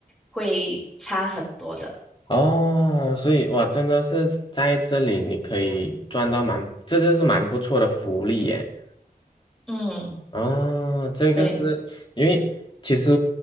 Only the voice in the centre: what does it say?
会差很多的。
嗯，
对，